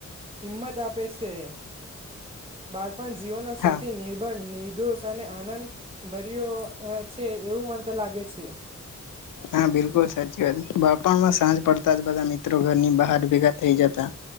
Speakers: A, on the right; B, on the left.
A: હિંમત આપે છે બાળપણ જીવ સૌથી
B: હા.
A: નિર્ભળ નિ દોષ અને આનંદ ભર્યો છે એવું મને લાગે છે.
B: હા બિલકુલ સાચી વાત બાણ પણમાં સાંજ પડતા જ બધા મિત્રો ઘરની બહાર ભેગા થઈ જતા